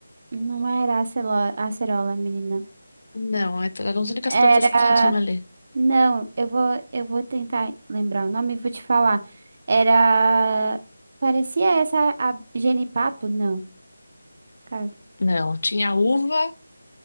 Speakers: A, on the right (about 35°); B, on the left (about 55°).
A: Não era acelo- acerola, menina.
B: Não, é- eram as únicas
A: Era.
B: plantas que tinha ali.
A: Não, eu vou, eu vou tentar lembrar o nome e vou te falar. Era. Parecia essa a genipapo? Não, cara,
B: Não, tinha uva,